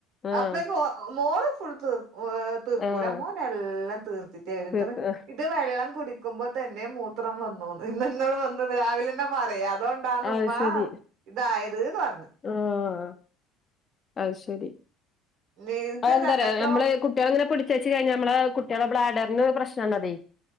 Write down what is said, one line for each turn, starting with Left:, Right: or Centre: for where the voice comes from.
Left: ആഹ്
Right: അപ്പേയ്ക്കു ഓ ഒഹ് മോള് ഫുൾ തീർ ഏ തീർക്കൂല
Left: ആഹ്
Right: മോനല്ലാം തീർത്ത്ട്ടെ വെരൂ ഇന്നെട്ടറിം
Left: തീർത്ത്
Right: ഇ ഇത് വെള്ളം കുടിക്കുമ്പോ തന്നെ മൂ മൂത്രം വന്നൂന്ന് ഇന്നോട് വന്ന് രാവിലെന്നെ പറയാ അതുകൊണ്ടാണ്
Left: അത്
Right: ഉമ്മാ
Left: ശരി
Right: ഇതായത് ന്ന് പറഞ്ഞു.
Left: ആഹ് അത് ശരി.
Right: നിനക്ക്
Left: അതെന്താ അറിയോ
Right: എത്ര
Left: ഞമ്മള്
Right: മക്ക
Left: കുട്ടികള് ഇങ്ങനെ പിടിച്ച് വെച്ച് കഴിഞ്ഞാ നമ്മളെ കുട്ടികളെ ബ്ലാഡറിന് പ്രശ്നാണതെ